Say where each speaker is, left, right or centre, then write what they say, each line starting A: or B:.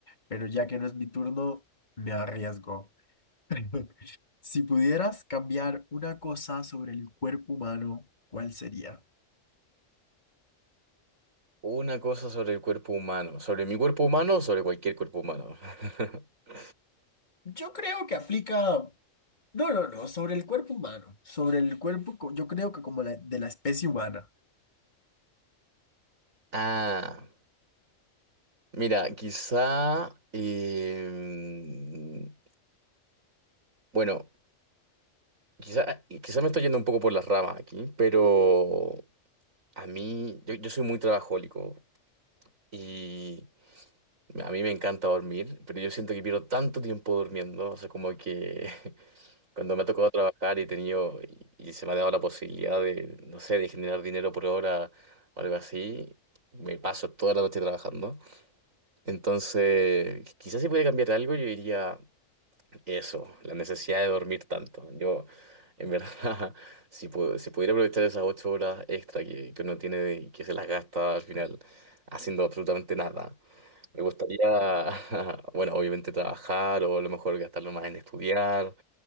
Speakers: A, on the left; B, on the right.
A: pero ya que no es mi turno, me arriesgo. <laughs> Si pudieras cambiar una cosa sobre el cuerpo humano, ¿cuál sería?
B: Una cosa sobre el cuerpo humano. ¿Sobre mi cuerpo humano o sobre cualquier cuerpo humano? <laughs>
A: Yo creo que aplica, no, no, no, sobre el cuerpo humano, sobre el cuerpo, co- yo creo que como la- de la especie humana.
B: Ah. Mira, quizá, em, bueno, quizá, quizá me estoy yendo un poco por las ramas aquí, pero a mí, yo, yo soy muy trabajólico y a mí me encanta dormir, pero yo siento que pierdo tanto tiempo durmiendo, o sea, como que <laughs> cuando me ha tocado trabajar y he tenido, y, y se me ha dado la posibilidad de, no sé, de generar dinero por hora o algo así, me paso toda la noche trabajando. Entonces, quizás si pudiera cambiar algo, yo diría... Eso, la necesidad de dormir tanto. Yo, en verdad, <laughs> si, pu- si pudiera aprovechar esas ocho horas extra que, que uno tiene y que se las gasta al final haciendo absolutamente nada, me gustaría, <laughs> bueno, obviamente trabajar o a lo mejor gastarlo más en estudiar